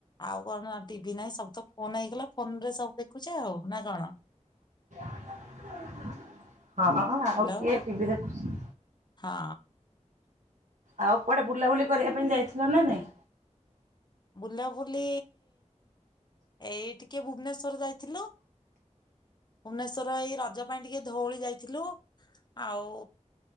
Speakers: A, on the left; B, on the right.
A: ଆଉ କଣ ଟିଭି ନାହିଁ, ସବୁ ତ ଫୋନ ହେଇଗଲା ଫୋନ ରେ ସବୁ ଦେଖୁଛେ ଆଉ। ନା କଣ?
B: <inaudible> ହଁ। ଆଉ
A: ହ୍ୟାଲୋ
B: କିଏ ଟିଭି ଦେଖୁଛି?
A: ହଁ
B: ଆଉ କୁଆଡେ ବୁଲାବୁଲି କରିବା ପାଇଁ ଯାଇଥିଲ ନା ନାଇଁ?
A: ବୁଲାବୁଲି ଏଇ ଟିକେ ଭୁବନେଶ୍ଵର ଯାଇଥିଲୁ। ଭୁବନେଶ୍ଵର ଏଇ ରଜ ପାଇଁ ଟିକେ ଧଉଳି ଯାଇଥିଲୁ ଆଉ।